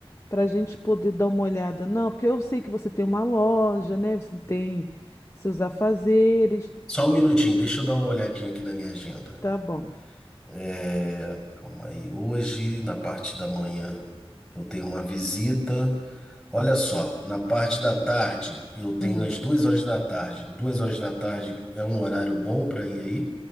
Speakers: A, on the left; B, in the centre.
A: para a gente poder dar uma olhada? Não, porque eu sei que você tem uma loja, né? Você tem seus afazeres.
B: Só um minutinho, deixa eu dar uma olhadinha aqui na minha agenda.
A: Tá bom.
B: É, calma aí. Hoje, na parte da manhã, eu tenho uma visita. Olha só, na parte da tarde, eu tenho
A: Hum.
B: às duas horas da tarde. Duas horas da tarde é um horário bom para ir aí?